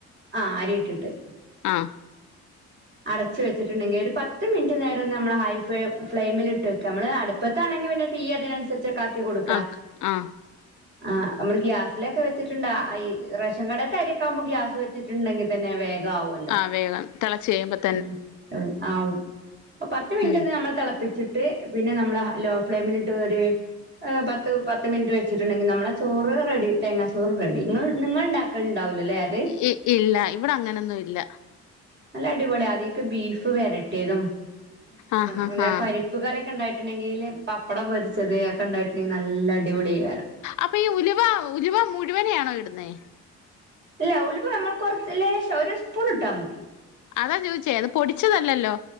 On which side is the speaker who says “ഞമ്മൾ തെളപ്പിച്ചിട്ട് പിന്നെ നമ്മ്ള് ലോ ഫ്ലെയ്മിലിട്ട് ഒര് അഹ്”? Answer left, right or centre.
Right